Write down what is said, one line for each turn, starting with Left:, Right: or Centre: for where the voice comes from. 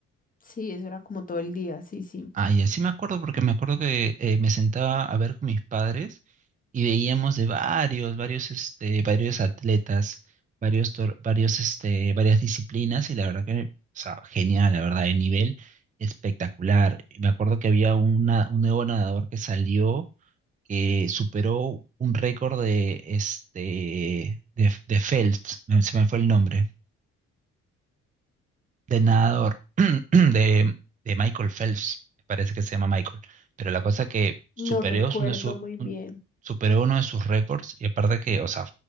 Left: sí, eso era como todo el día, sí, sí.
Right: Ah, y así me acuerdo porque me acuerdo que eh, me sentaba a ver con mis padres y veíamos de varios, varios, este, varios atletas, varios, tor- varios, este, varias disciplinas y la verdad que, o sea, genial, la verdad, el nivel espectacular. Y Me acuerdo que había una, un nuevo nadador que salió que superó un récord de, este, de, de Phelps, me- se me fue el nombre de nadador <clears throat> de, de Michael Phelps, me parece que se llama Michael, pero la cosa que superó
Left: No recuerdo
Right: uno de su-
Left: muy bien.
Right: un- superó uno de sus récords y aparte que, o sea,